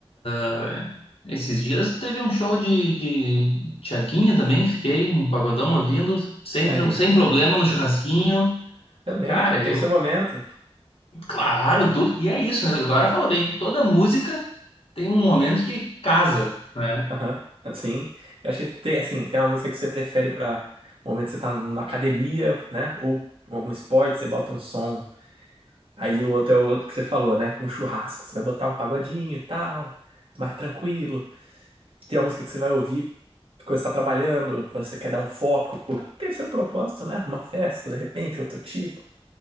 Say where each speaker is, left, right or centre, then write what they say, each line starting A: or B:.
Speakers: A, on the left; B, on the right.
A: É. Esses dias teve um show de, de Tiaguinho também, fiquei um pagodão ouvindo, sem,
B: Aí.
A: tran- sem problema no churrasquinho.
B: Também,
A: Cara,
B: pô, tem
A: eu,
B: seu momento.
A: claro, tudo. E é isso, né? agora fala bem, toda música tem um momento que casa, né?
B: Aham, ah, Sim. Eu acho que tem, assim, tem uma música que você prefere pra um momento que você tá na academia, né? Ou em algum esporte, você bota um som. Aí o outro é o outro que você falou, né? pra Um churrasco, você vai botar um pagodinho e tal, mais tranquilo. Tem uma música que você vai ouvir quando você tá trabalhando, quando você quer dar um foco. Tem seu propósito, né? Numa festa, de repente, outro tipo.